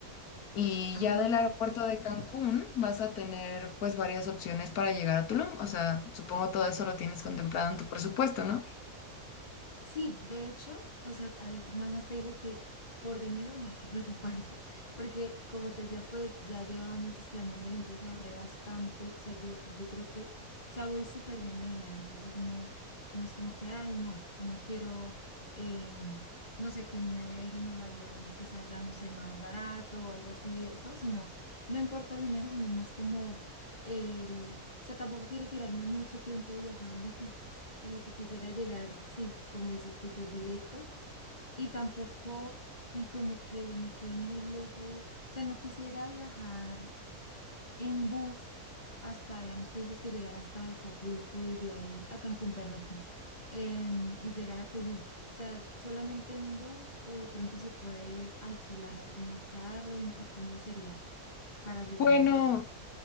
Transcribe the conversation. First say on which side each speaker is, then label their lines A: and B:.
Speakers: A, on the left (about 80°); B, on the left (about 30°).
A: y
B: Ah,
A: ya del aeropuerto
B: ok.
A: de Cancún vas a tener pues varias opciones para llegar a Tulum. O sea, supongo todo eso lo tienes contemplado en tu presupuesto, ¿no?
B: Sí, de hecho, o sea, ahí nada más te digo que por dinero no hay que <laughs> preocuparse, porque como te decía, pues ya llevaba meses planeándolo, entonces ahorré bastante, o sea, yo, yo creo que, o sea, voy súper bien de dinero, entonces no, no es como que, ay, no, no quiero, em, no sé, que me voy a ir en el avión que salga, no sé, más barato o algo así, esto, sino, no importa el dinero, sino es más como el, o sea, tampoco quiero tirarme mucho tiempo viajando. <laughs> como que quisiera llegar, sí, como dices tú, pues directo, y tampoco como que me quede muy lejos, o sea, no quisiera viajar en bus hasta, digamos, tú dices que llegar hasta Acapulco y de ahí, a Cancún, perdón, <laughs> em, y llegar a Tulum, o sea, solamente en bus o de pronto se puede alquilar algún carro ¿no? o cómo sería para llegar
A: Bueno,
B: allá o